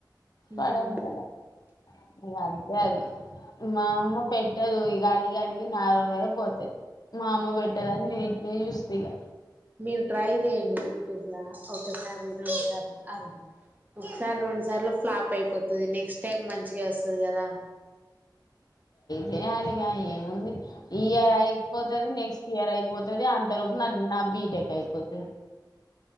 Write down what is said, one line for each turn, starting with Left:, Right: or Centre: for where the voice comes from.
Left: పడము
Right: మ్మ్
Left: కదా ఇగ అంతే అది మా అమ్మ పెట్టదు. ఇక అడిగి అడిగి నానోరే పోతది మా అమ్మ పెట్టదని పిలుస్త ఇగ
Right: మీరు ట్రై చేయ్యెండి యూట్యూబ్ల ఒకసారి రెండు సార్లు అగో ఒకసారి రెండు సార్లు ఫ్లాప్ అయిపోతది నెక్స్ట్ టైం మంచిగా వస్తది కదా
Left: చేయాలిగా ఏముంది ఈ ఇయర్ అయిపోతది నెక్స్ట్ ఇయర్ అయిపోతది అంతలోపు నా బీటెక్ అయిపోతది